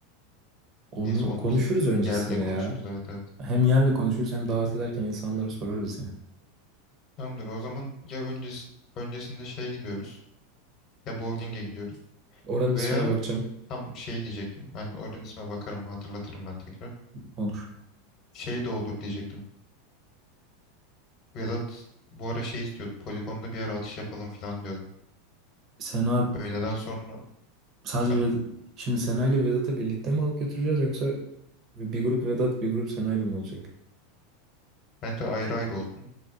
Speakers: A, on the right; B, on the left.
A: onu
B: Neyse onu
A: konuşuruz
B: biz
A: öncesinde
B: yerle konuşuruz
A: ya.
B: evet evet.
A: Hem yerle konuşuruz hem davet ederken insanlara sorarız yani.
B: Tamamdır o zaman ya öncesi, öncesinde şeye gidiyoruz ya bowling'e gidiyoruz
A: Oranın
B: veya
A: ismine bakacağım.
B: tam şey diyecektim. Ben oranın isme bakarım hatırlatırım ben tekrar.
A: Olur.
B: Şey de olur diyecektim. Vedat bu ara şey istiyordu. Poligonda bir ara atış yapalım falan diyordu.
A: Sena
B: Öğleden sonra
A: sadece
B: efendim.
A: Ved- şimdi Sena ile Vedat'ı birlikte mi alıp götüreceğiz yoksa bir grup Vedat bir grup Sena ile mi olacak?
B: Bence ayrı ayrı olsun.